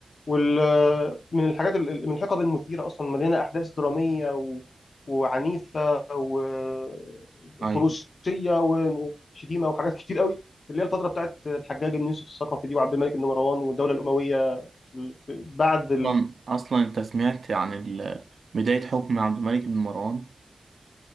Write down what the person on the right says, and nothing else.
أيوة
أصلا أصلا أنت سمعت عن ال- بداية حكم عبد الملك بن مروان